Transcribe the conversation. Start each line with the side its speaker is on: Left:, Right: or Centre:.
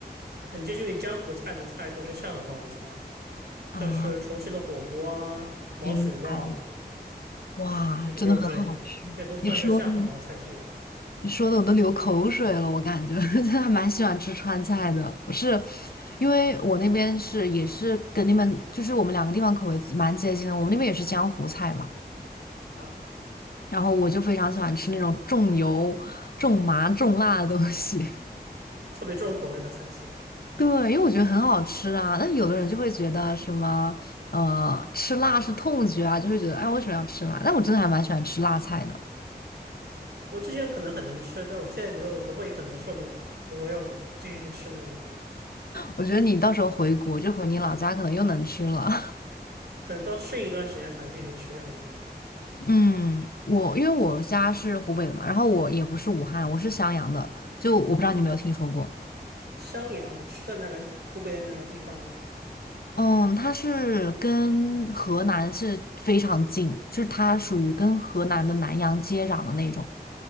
Right: 很接近于江湖菜的菜都是下河帮菜，像是重庆的火锅啊、
Left: 啊，
Right: 毛血旺、
Left: 明白了，哇，
Right: 水煮牛肉之类的，
Left: 真的很好吃。
Right: 这些都算是下河帮菜系吧。
Left: 你说呢你说的我都流口水了，我感觉
Right: 啊
Left: <laughs> 真的还蛮喜欢吃川菜的。我是因为我那边是也是跟你们就是我们两个地方口味蛮接近的，我们那边也是江湖菜嘛，
Right: 啊，
Left: 然后我就非常喜欢吃那种重油、重麻、重辣的东西。
Right: 特别重口味的菜系了。
Left: <laughs> 对，因为我觉得很好吃啊。但有的人就会觉得什么呃吃辣是痛觉啊，就会觉得哎为什么要吃辣？但我真的还蛮喜欢吃辣菜的。
Right: 我之前可能很能吃，但我现在觉得我的胃可能受不了了。如果要我继续去吃那个的话。
Left: 我觉得你到时候回国就回你老家，可能又能吃了。
Right: 可能都应一段时间才能继续吃下去了。对，
Left: 嗯，我因为我家是湖北的嘛，然后我也不是武汉，我是襄阳的，就我不知道你有没有听说过。
Right: 襄阳是在哪个湖北的哪个地方呢？
Left: 嗯，它是跟河南是非常近，就是它属于跟河南的南阳接壤的那种。